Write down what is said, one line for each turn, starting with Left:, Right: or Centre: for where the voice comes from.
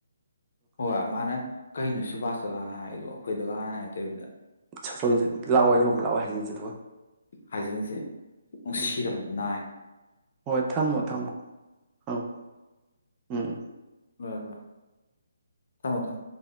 Left: ꯍꯣꯏ ꯃꯥꯅ ꯀꯩꯅꯤ ꯁꯨꯕꯥꯁ ꯆꯧꯅ ꯍꯥꯏꯒꯣ ꯑꯩꯈꯣꯏꯗꯒ ꯍꯥꯟꯅ ꯍꯥꯏꯔ ꯇꯣꯏꯔꯤꯕꯅꯤꯗ
Right: ꯁ ꯂꯥꯛꯑꯣꯏ ꯂꯨꯍꯣꯡꯕ ꯂꯥꯛꯑꯣꯏ ꯍꯥꯏꯖꯤꯟꯁꯦ ꯑꯗꯨꯒ
Left: ꯍꯥꯏꯖꯤꯟꯁꯦ ꯅꯨꯡꯁꯤꯗꯕ
Right: ꯎꯝ
Left: ꯅꯥꯏ
Right: ꯍꯣꯏ ꯊꯝꯃꯣ ꯊꯝꯃꯣ ꯑꯪ ꯎꯝ
Left: ꯔ ꯂ ꯊꯥꯃꯣ ꯊꯝ